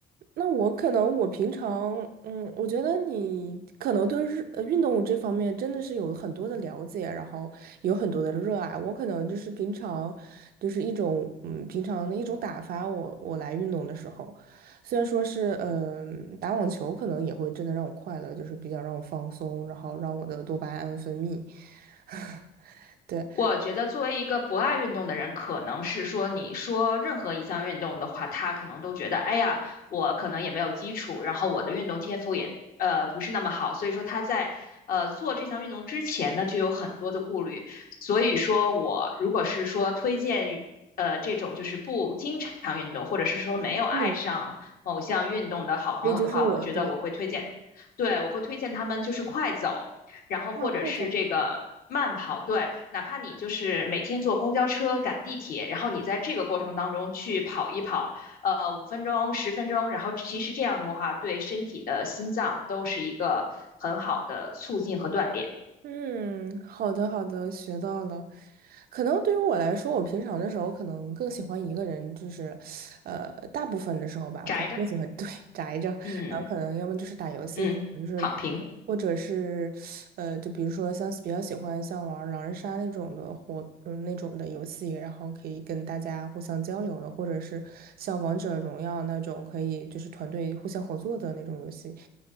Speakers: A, on the right; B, on the left.
A: 那我可能我平常，嗯，我觉得你可能对日呃运动这方面真的是有很多的了解，然后有很多的热爱。我可能就是平常，就是一种嗯平常的一种打发我我来运动的时候，虽然说是嗯、打网球可能也会真的让我快乐，就是比较让我放松，然后让我的多巴胺分泌。<laughs> 对，
B: 我觉得作为一个不爱运动的人，可能是说你说任何一项运动的话，他可能都觉得，哎呀，我可能也没有基础，然后我的运动天赋也呃不是那么好，所以说他在呃做这项运动之前呢，就有很多的顾虑。所以说我如果是说推荐于呃这种就是不经常运动，或者是说没有爱上某项运动的好朋友的话，
A: 嗯，所以就是我对，
B: 我觉得我会推荐，对，我会推荐他们就是快走。然后或者是这个慢跑，
A: 那快走。
B: 对，哪怕你就是每天坐公交车、赶地铁，然后你在这个过程当中去跑一跑，呃，五分钟、十分钟，然后其实这样的话，对身体的心脏都是一个很好的促进和锻炼。
A: 嗯，好的好的，学到了。可能对于我来说，我平常的时候可能更喜欢一个人，就是，呃，大部分的时候吧，
B: 宅着，
A: 可能更喜欢 <laughs> 对宅着，然后可能要么就是打游戏，
B: 嗯嗯，
A: 可能就是，
B: 躺平，
A: 或者是，呃，就比如说像比较喜欢像玩狼人杀那种的活，嗯，那种的游戏，然后可以跟大家互相交流的，或者是像王者荣耀那种可以就是团队互相合作的那种游戏。